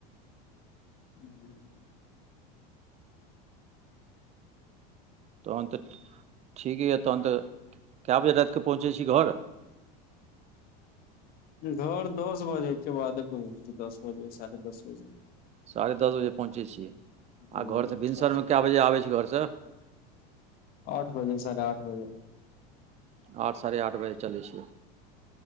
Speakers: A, on the left; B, on the right.
A: ह <inaudible>
B: तहन तऽ ठीक य तहन त कए बजे रात क पहुँचै छी घर
A: घर दस बजे के बादे पहुँचे दस बजे साढ़े दस बजे
B: साढ़े दस बजे पहुँचै छियै
A: ह
B: आ घर सँ भिनसर में कए बजे आबै छी घरसँ
A: आठ बजे साढ़े आठ बजे
B: आठ साढ़े आठ बजे चलै छियै